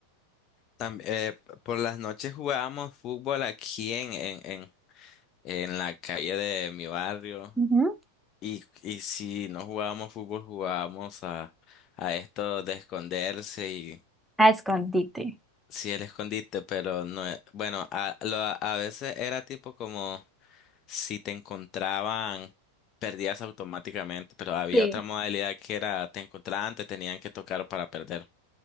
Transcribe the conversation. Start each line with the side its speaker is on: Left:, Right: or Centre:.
Left: tam- eh, por las noches jugábamos fútbol aquí en, en, en, en la calle de mi barrio.
Centre: Ujú.
Left: Y, y si no jugábamos fútbol, jugábamos a, a esto de esconderse y
Centre: A escondite.
Left: sí, el escondite, pero no, e- bueno, a, lo- a veces era tipo como. Si te encontraban, perdías automáticamente, pero había
Centre: Sí.
Left: otra modalidad que era te encontraban, te tenían que tocar para perder.